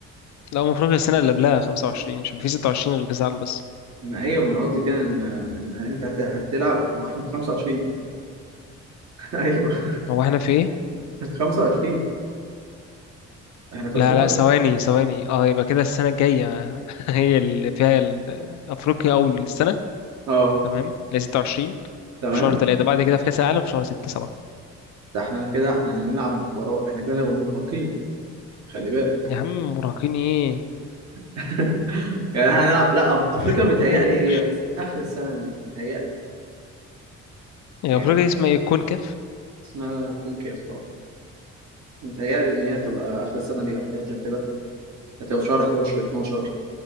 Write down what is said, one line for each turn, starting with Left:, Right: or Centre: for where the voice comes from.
Left: لا هو المفروض السنة اللي قبلها 25 مش هيبقى في 26 غير كأس العالم بس
Right: أيوة، ما هي من قصدي كده ان ان انت هت- هتلعب ما احنا في 25 ايوه
Left: هو احنا في ايه؟
Right: <laughs> 25 احنا في
Left: لا
Right: 2005
Left: لا ثواني ثواني اه يبقى كده السنة الجاية <laughs> هي اللي فيها ال- أفريقيا أول السنة
Right: اه
Left: تمام اللي هي 26
Right: تمام
Left: في شهر 3 بعد كده في كأس العالم في شهر 6 7
Right: ده احنا كده احنا هنلعب ورا احنا كده هنبقى مرهقين خلي بالك
Left: يا عم مراهقين ايه؟
Right: <laughs> يعني احنا هنلعب لا أف- افريقيا
Left: <laughs>
Right: متهيألي هي في اخر السنه دي متهيألي
Left: هي
Right: يعني
Left: أفريقيا دي اسمها ايه؟ كونكاف؟
Right: اسمها كونكاف اه متهيألي ان هي تبقى اخر السنه دي او حاجه زي كده هتبقى في شهر 11 12